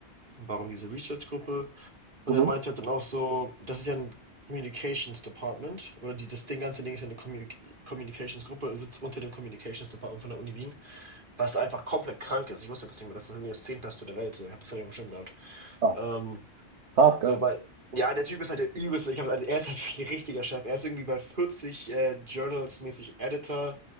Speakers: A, on the right; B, on the right.
A: warum diese Research-Gruppe? Und
B: Mhm.
A: er meinte halt dann auch so, das ist ja ein Communications Department oder die, das Ding, ganze Ding ist ja eine Communi- Communications-Gruppe, sitzt unter dem Communications Department von der Uni Wien, was einfach komplett krank ist. Ich wusste das nicht mehr, das ist irgendwie das Zehntbeste der Welt, so, ich habe das ja nicht auf dem Schirm gehabt.
B: Ah,
A: Ähm,
B: krass,
A: so,
B: geil.
A: weil, ja, der Typ ist halt der übelste. Ich hab, also, er ist halt <laughs> wirklich ein richtiger Chef. Er ist irgendwie bei 40 äh, Journals mäßig Editor.